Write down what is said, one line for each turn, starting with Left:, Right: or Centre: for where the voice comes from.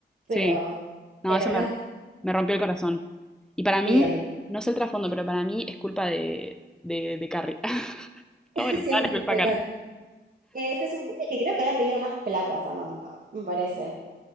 Right: Pero,
Centre: Sí, no,
Right: pero
Centre: eso me,
Right: no.
Centre: me rompió el corazón. Y para mí,
Right: Sí, a mí también.
Centre: no sé el trasfondo, pero para mí es culpa de, de, de Carrie. <laughs>
Right: <laughs>
Centre: Todo le
Right: Siempre
Centre: toda
Right: escucho
Centre: culpa
Right: de
Centre: a Carrie.
Right: Carmen. Eh, se supone que creo que había pedido más plata Samantha, me parece.